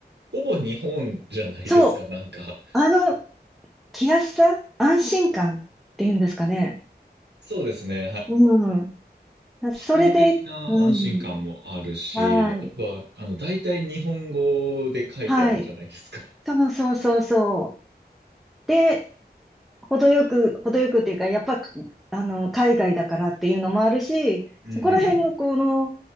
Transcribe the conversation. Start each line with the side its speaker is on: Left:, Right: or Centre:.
Right: ほぼ日本じゃないですか、
Centre: そう。
Right: なんか。
Centre: あの、気安さ、安心感っていうんですかね。
Right: そうですね。はい。
Centre: うん。それで、
Right: 気候的な安心感もあるし、
Centre: うん。はい。
Right: あとは、あの、大体日本語で書いてあるじゃないですか。
Centre: はい。そうそうそうそう。で、程よく、程よくっていうか、やっぱ、あの、海外だからっていうのもあるし、
Right: うんうんうん。
Centre: そこら辺のこの